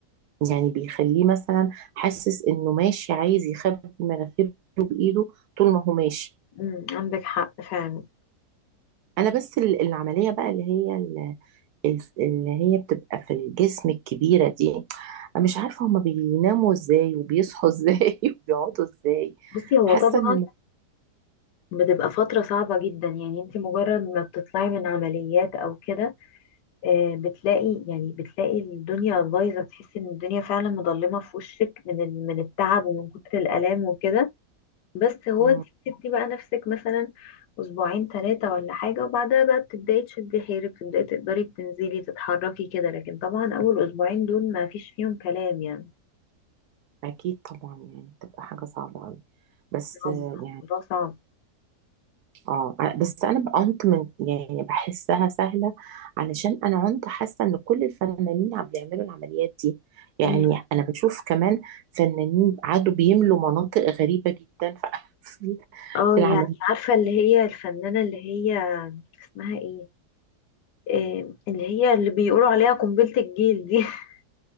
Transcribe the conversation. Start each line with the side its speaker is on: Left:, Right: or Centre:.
Right: يعني بيخليه مثلا حاسس إنه ماشي عايز يخبي مناخيره بإيده طول ما هو ماشي
Left: مم، عندك حق فعلا
Right: أنا بس ال- العملية بقى اللي هي الس- اللي هي بتبقى في الجسم الكبيرة دي أنا مش عارفة هما بيناموا ازاي وبيصحوا <laughs> ازاي وبيقعدوا ازاي
Left: بصي هو
Right: حاسة
Left: طبعا
Right: ان الم-
Left: بتبقى فترة صعبة جدا يعني انت مجرد ما بتطلعي من عمليات او كده آه، بتلاقي يعني بتلاقي الدنيا بايظه تحس ان الدنيا فعلا مظلمه في وشك من ال- من التعب ومن كتر الالام وكده بس هو
Right: مم،
Left: انت بتدي بقى نفسك مثلا اسبوعين ثلاثه ولا حاجه وبعدها بقى بتبداي تشدي حيلك بتبداي تقدري تنزلي تتحركي كده لكن طبعا اول اسبوعين دول ما فيش فيهم كلام يعني
Right: أكيد طبعا يعني بتبقى حاجة صعبة أوي بس
Left: صعب،
Right: آه، يعني
Left: الموضوع صعب
Right: اه بس أنا عنت من يعني بحسها سهلة علشان أنا عنت حاسة ان كل الفنانين عم بيعملوا العمليات دي يعني
Left: مم.
Right: أنا بشوف كمان فنانين قعدوا بيملوا مناطق غريبة جدا في <laughs>
Left: اه
Right: في العملية
Left: يعني عارفه اللي هي الفنانه اللي هي اسمها ايه آه، اللي هي اللي بيقولوا عليها قنبله الجيل دي <laughs>